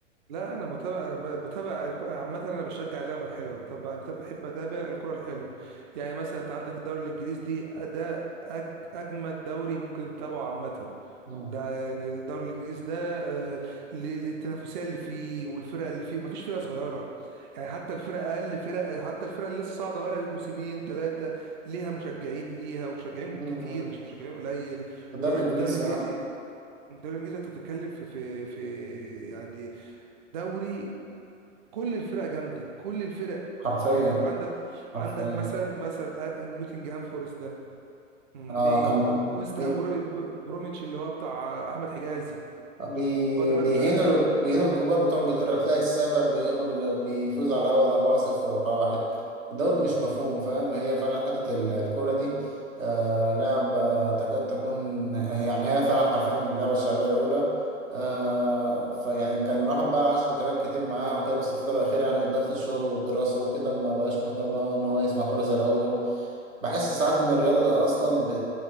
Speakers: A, on the right; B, on the right.
A: لا انا متابع أنا بتابع الك- عامه انا بشجع اللعبه الحلوه بتابع بتابع- بحب اتابع الكره الحلوه يعني مثلا انت عندك الدوري الانجليزي دي ده أج- اجمد دوري ممكن تتابعه عامه
B: مم.
A: ده يعني الدوري الانجليزي ده آه، ل- للتنافسيه اللي فيه والفرق اللي فيه ومفيش فرقه صغيره يعني حتى الفرق اقل فرق حتى الفرق اللي لسه صاعده بقى لها موسمين ثلاثه ليها مشجعين ليها ومشجعين
B: مم.
A: كتير مش مشجعين قليل
B: في الدوري
A: آه،
B: الانجليزي
A: الدوري الانجليزي
B: اه
A: الدوري الانجليزي انت بتتكلم في في في يعني دوري كل الفرق جامده كل الفرق
B: حرفيا
A: يعني انت عندك
B: حرفيا
A: عندك مثلا مثلا آه، نوتنجهام فورست ده مم،
B: اه
A: ايه
B: كان
A: أو ويست
B: بي
A: هام برو بروميتش اللي هو بتاع آه، احمد حجازي
B: بي
A: اللي هو دلوقتي
B: بيهينوا
A: في درجة تانية
B: بيهينوا الكبار بتوع انجلترا تلاقي السابع بيغلب اللي بيفوز على الاول 4-0 و4-1 الدوري مش مفهوم فاهم هي فعلا حتة ال- الكورة دي آه لعبة تكاد تكون يعني هي فعلا حرفيا اللعبة الشعبية الأولى آه فيعني كان الواحد بقى عاش ذكريات كتير معاها وكده بس الفترة الأخيرة يعني ضغط الشغل والدراسة وكده ما بقاش مهتم أوي إن هو يسمع كورة زي الأول بحس ساعات ان الرياضة ده اصلا ب...